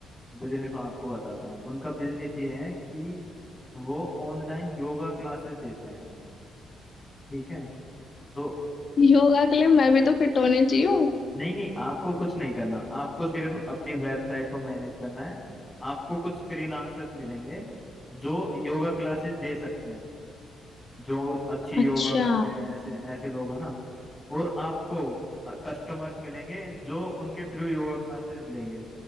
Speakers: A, on the left; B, on the left.
A: बिजनेस मैं आपको बताता हूँ उनका बिजनेस ये है कि वो ऑनलाइन योगा क्लासेस देते हैं ठीक है तो
B: योगा के लिए मैं भी तो फिट होने चाहिए
A: नहीं नहीं आपको कुछ नहीं करना आपको सिर्फ अपनी वेबसाइट को मैनेज करना है आपको कुछ फ्रीलांसर्स मिलेंगे जो योगा क्लासेस दे सकते हैं जो अच्छी
B: अच्छा
A: योगा करते हैं ऐसे ऐसे लोग हैं ना और आपको कस्टमर्स मिलेंगे जो उनके थ्रू योगा क्लासेस लेंगे